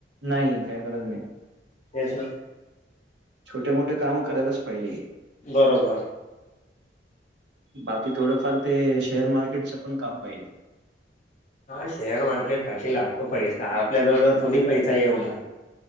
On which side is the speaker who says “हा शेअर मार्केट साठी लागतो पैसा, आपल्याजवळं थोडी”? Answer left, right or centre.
Left